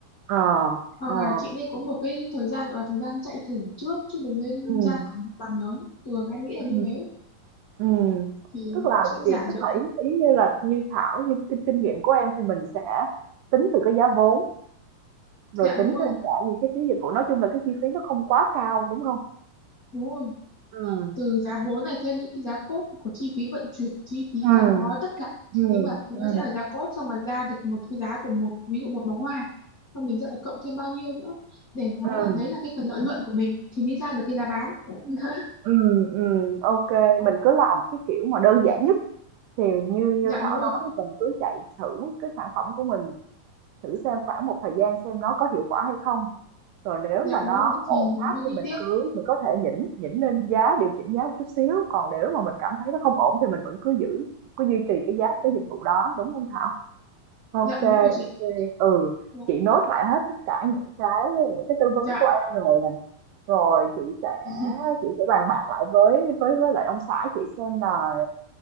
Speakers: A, on the right (about 80°); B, on the left (about 55°).
A: à,
B: hoặc
A: à,
B: là chị nên có một cái thời gian gọi là thời gian chạy thử trước chứ đừng nên
A: ừ.
B: ra thẳng bằng lớn thường em nghĩ là
A: ừ
B: như thế
A: Ừ.
B: thì
A: Tức là
B: sẽ
A: chị
B: giảm
A: tức
B: được
A: là ý ý như là như Thảo như cái kinh, kinh nghiệm của em thì mình sẽ tính từ cái giá vốn rồi
B: Dạ
A: tính
B: đúng rồi,
A: thêm cả những cái phí dịch vụ nói chung là cái chi phí nó không quá cao đúng không?
B: đúng rồi.
A: Ừ.
B: Từ giá vốn này thêm những cái giá cốt của chi phí vận chuyển, chi phí
A: Ừ.
B: đóng gói tất cả. Chị
A: Ừ.
B: tính bảo thì
A: Ừ.
B: nó sẽ là giá cốt xong rồi ra được một cái giá của một ví dụ một bó hoa. Xong mình sẽ phải cộng thêm bao nhiêu nữa để nó
A: Ừ.
B: là đấy là cái phần lợi nhuận của mình thì mới ra được cái giá bán. <laughs>
A: Ừ. Ừ. Ok,
B: Đó.
A: mình cứ làm cái kiểu mà đơn giản nhất thì như như
B: Dạ
A: Thảo
B: đúng rồi,
A: nói mình cứ chạy thử cái sản phẩm của mình thử xem khoảng một thời gian xem nó có hiệu quả hay không Rồi nếu
B: dạ
A: mà nó
B: đúng rồi
A: ổn
B: thì mình
A: áp
B: mới
A: thì
B: đi
A: mình
B: tiếp.
A: cứ mình có thể nhỉnh nhỉnh lên giá, điều chỉnh giá một chút xíu, còn nếu mà mình cảm thấy nó không ổn thì mình vẫn cứ giữ, cứ duy trì cái giá của cái dịch vụ đó, đúng không Thảo? Ok.
B: Dạ đúng rồi chị.
A: ok Ừ,
B: Dạ
A: chị nốt lại hết tất cả những cái những cái tư vấn
B: dạ
A: của em rồi nè. Rồi chị sẽ
B: <laughs>
A: chị sẽ bàn bạc lại với với với lại ông xã chị xem là